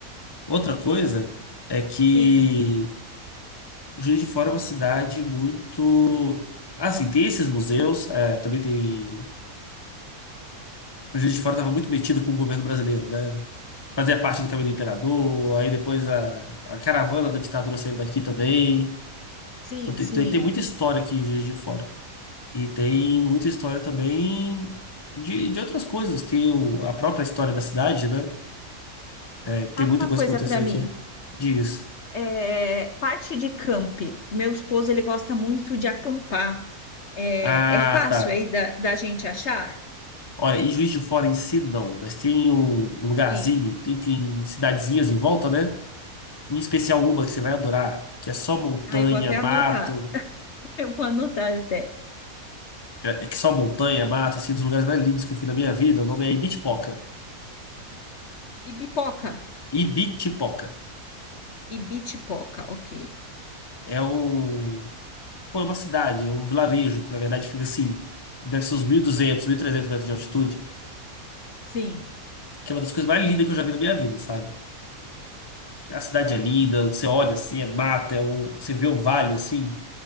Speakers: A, on the left; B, on the left.
A: Outra coisa é que
B: Sim,
A: Juiz de Fora é uma cidade muito. Assim, tem esses museus, é, também tem. O Juiz de Fora estava muito metido com o governo brasileiro, né? Fazia parte do Caminho do Imperador, aí depois a, a caravana da ditadura saiu daqui também.
B: sim,
A: Então tem,
B: sim.
A: tem, tem muita história aqui em Juiz de Fora. E tem muita história também de, de outras coisas. Tem o- a própria história da cidade, né? É, tem
B: Fala
A: muita
B: uma
A: coisa
B: coisa
A: que aconteceu
B: para mim.
A: aqui. Diz.
B: É, parte de camp. Meu esposo, ele gosta muito de acampar. É,
A: Ah,
B: é fácil
A: tá.
B: aí da, da gente achar?
A: Olha, e Juiz de Fora em si, não. Mas tem um lugarzinho,
B: Sim.
A: tem, tem cidadezinhas em volta, né? Em especial uma que você vai adorar, que é só montanha,
B: Aí eu vou até
A: mato.
B: anotar. <laughs> Eu vou anotar até.
A: É é que só montanha, mato, assim, um dos lugares mais lindos que eu fui na minha vida. O nome é Ibitipoca.
B: ibipoca
A: Ibitipoca.
B: Ibitipoca, ok.
A: É um Pô, é uma cidade, é um vilarejo, que na verdade fica assim, deve ser uns 1.200, trezentos metros de altitude,
B: Sim.
A: que é uma das coisas mais lindas que eu já vi na minha vida, sabe? A cidade é linda, você olha assim, é mata, é o- você vê o vale assim,